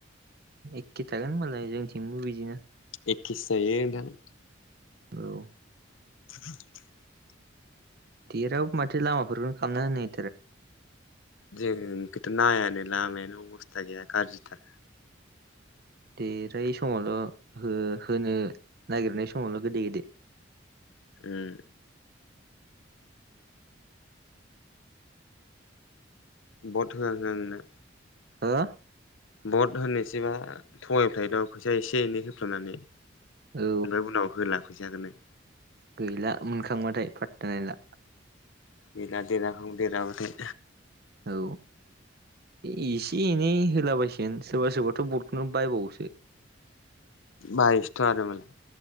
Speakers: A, on the right (about 55°); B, on the left (about 90°).
A: एखे थागोन होनबालाय जोंथिंबो बिदिनो
B: एखखेसो जायो नोंथां
A: औ
B: <unintelligible>
A: देरहाबाबो माथो लामाफोरखौनो खामना होनाय
B: जोंखौथ' नायानो लामायानो अबस्था गैया गाज्रिथार
A: दे राय समावल' हो होनो नागिरनाय समावल' गोदै गोदै
B: उम भट होहां होआंनो
A: हा
B: भट होनोसैबा थगाय फलायोल फैसा एसे एनै होफ्लांनानै ओमफ्राय
A: औ
B: उनाव होला फैसाखौनो
A: गैला मोनखांबाथाय फाथथा गैला
B: गैला देरहाहां देरहाबाथाय
A: औ एसे एनै होलाबायसिगोन सोरबा सोरबाथ' भटखौनो बायबावोसो
B: बायोसोथ' आरो मालाय